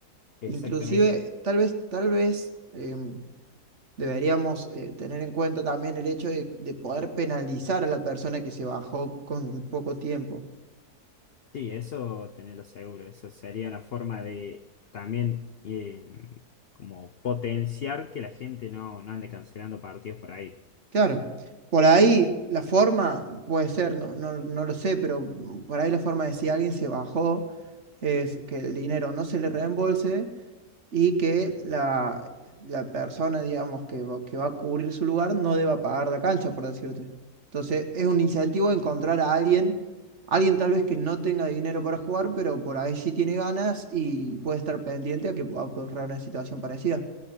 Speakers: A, on the left; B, on the right.
A: Exactamente.
B: Inclusive, tal vez, tal vez em, deberíamos eh, tener en cuenta también el hecho de, de poder penalizar a la persona que se bajó con poco tiempo.
A: Sí, eso tenerlo seguro. Eso sería una forma de también eh, como potenciar que la gente no, no ande cancelando partidos por ahí.
B: Claro. Por ahí la forma puede ser, no, no, no lo sé, pero mm, por ahí la forma de si alguien se bajó es que el dinero no se le reembolse y que la, la persona, digamos, que va, que va a cubrir su lugar no deba pagar la cancha, por decirte. Entonces, es un incentivo encontrar a alguien, alguien tal vez que no tenga dinero para jugar, pero por ahí sí tiene ganas y puede estar pendiente a que ocurra una situación parecida.